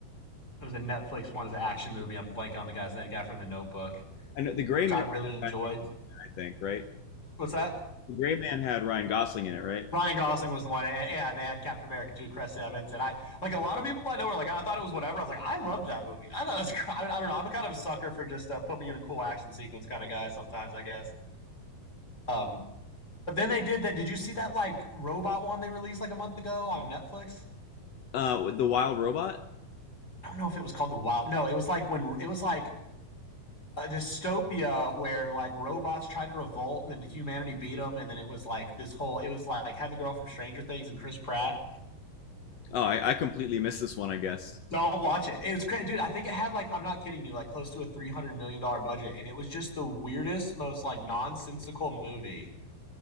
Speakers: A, on the left; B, on the left.
A: it was a Netflix one, is an action movie. I'm blanking on the guy's name, the guy from the notebook,
B: I know the Gray
A: which
B: Man.
A: I really
B: Had
A: enjoyed.
B: Ryan Gosling in it, I think right.
A: What's that?
B: The Gray Man had Ryan Gosling in it, right?
A: Ryan Gosling was the one, and, and they had Captain America 2, Chris Evans, and I like a lot of people I know were like, I thought it was whatever. I was like, I loved that movie. I thought it was. <laughs> I, mean, I don't know. I'm a kind of a sucker for just uh, put me in a cool action sequence kind of guy sometimes, I guess. Um, but then they did that. Did you see that like robot one they released like a month ago on Netflix?
B: Uh, the Wild Robot.
A: I don't know if it was called The Wild. No, it was like when it was like a dystopia where like robots tried to revolt and then humanity beat them, and then it was like this whole. It was like had the girl from Stranger Things and Chris Pratt
B: Oh, I, I completely missed this one. I guess.
A: Don't watch it. It was crazy, dude. I think it had like I'm not kidding you, like close to a three hundred million dollar budget, and it was just the weirdest, most like nonsensical movie.